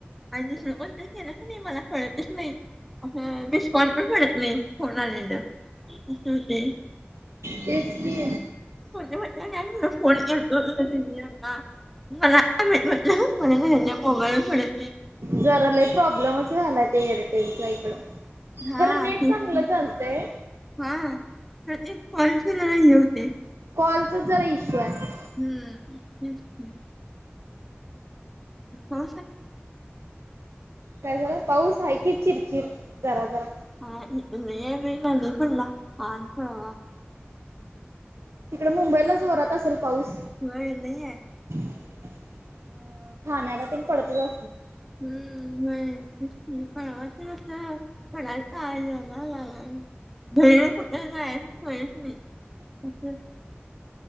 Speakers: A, in the centre; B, on the right (about 80°).
A: आणि कोत केलं का नाही मला कळतच नाही ह मी स्कॉन पण पडत नाही फोन आलेलं होती
B: तेच की.
A: म्हटलं आणि आणि फोन येतो मला म्हट मला भ मोबाईल पडत नाही
B: जरालाही प्रॉब्लेमच झालाय ते एअरटेलचा इकडं.
A: हा
B: खरं नेट
A: तेच
B: चांगलं
A: की
B: चालतंय.
A: हा कॉलचे ज नाही होते.
B: कॉलचा जरा इश्यू आहे.
A: हम्म हम्म हम्म. हो.
B: काय झालं पाऊस आहे की चिरचिर जरा जरा
A: ह प पडला आन पडवा
B: तिकडे मुंबईला जोरात असेल पाऊस.
A: ह नाही नाहीे-
B: अ ठाण्याला तन पडत का
A: हम्म. <unintelligible> <unintelligible> <unintelligible>